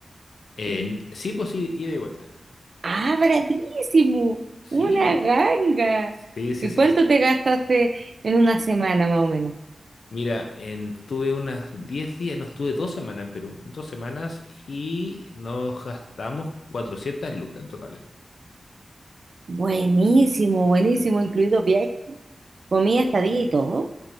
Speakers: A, on the left; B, on the right.
A: En-
B: ¿eh?
A: sí, pues sí, ida y vuelta.
B: ¡Ah, baratísimo!
A: Sí,
B: ¡Una ganga!
A: sí, sí,
B: ¿Y
A: es,
B: cuánto te gastaste en una semana más o menos?
A: Mira, en, estuve unas 10 días, no, estuve dos semanas en Perú, dos semanas y nos gastamos 400 lucas en total.
B: Buenísimo, buenísimo, incluido viaje, comida, estadía y todo.